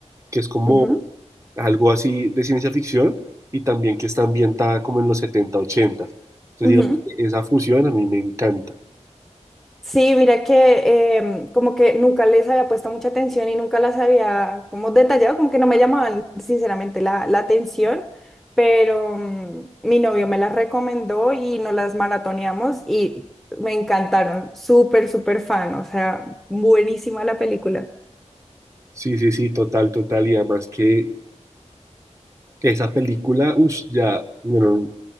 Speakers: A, on the right; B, in the centre.
A: que es como
B: Ujú,
A: algo así de ciencia ficción y también que está ambientada como en los 70 80. Entonces,
B: ujú.
A: digamos, esa fusión a mí me encanta.
B: Sí, mira que em, como que nunca les había puesto mucha atención y nunca las había como detallado, como que no me llamaban sinceramente la, la atención, pero mm, mi novio me las recomendó y nos las maratoneamos y me encantaron, súper, súper fan, o sea, buenísima la película.
A: Sí, sí, sí, total, total. Y además que Esa película, uff, ya, bueno,